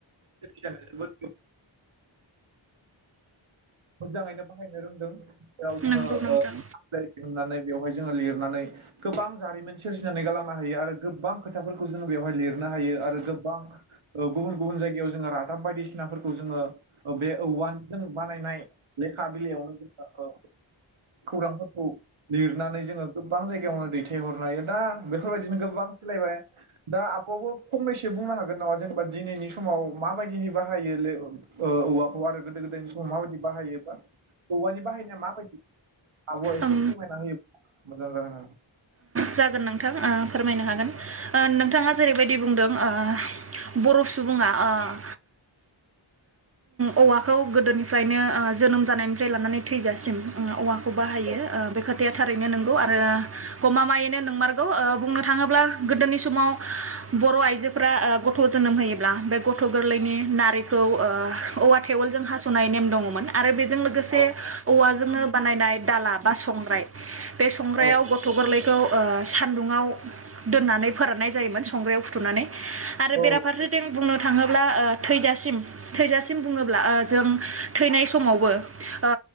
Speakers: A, on the right; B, on the right.
A: दिनै <unintelligible> मोजाङैनो बाहायनो रोंदों जोङो
B: नंगौ नोंथां
A: ओ होननानै <unintelligible> बेवहाय जोङो लिरनानै गोबां जारिमिन सोरजिनानै गालांनो हायो आरो गोबां खोथाफोरखौ जोङो बेवहाय लिरनो हायो आरो। ओ-गोबां गुबुन गुबुन जायगायाव जोङो ओ- रादाब बायदिसिना जोङो ओ-बे औवानजों बानायनाय लेखा बिलाइयावनो जोङो ओ- खौरांफोरखौ लिरनानै जोङो गोबां जायगायावनो दैथायहरनो हरनो हायो दा बेफोरबायदिनो गोबां सोलायबाय दा आब'बो फंनैसो। बुंनो हागोन नामा जेनेबा दिनैनि समाव माबायदिहै बाहायो ल ओ-औवाखौ आरो गोदो गोदायनि समाव माबायदि बाहायोबा? औवानि बाहायनाया माबायदि? आब' एसे
B: ओम
A: फोरमायना हो मोजां जागोन आरो।
B: जागोन नोंथां ओ फोरमायनो हागोन ओ नोंथाङा जेरैबायदि बुंदों ओ-बर' सुबुङा आ- ओ-औवाखौ गोदोनिफ्रायनो ओ-जोनोम जानायनिफ्राय लानानै थैजासिम औवा। बाहायो
A: औ
B: ओ बे खोथाया। थारैनो नोंगौ आरो गमामा। मायैनो नोंमारगौ ओ बुंनो थाङोब्ला गोदोनि समाव बर' आइजोफोरा ओ-गथ' जोनोम होयोब्ला बे गथ' गोरलैनि नारिखौ ओ औवा थेवलजों हास'नाय नेम दङमोन। आरो बेद जों लोगोसे
A: औ
B: औवाजोंनो बानायनाय दाला बा संग्राय बे संग्रायाव
A: औ
B: गथ' गोरलै। खौ ओ सान्दुंङाव दोननानै फोराननाय जायोमोन। संग्रायाव फुथुमनानै। आरो
A: औ
B: बेराफारसेथिं बुंनो थाङोब्ला ओ थैजासिम थैजासिम बुङोब्ला ओ जों थैनाय समावबो ओ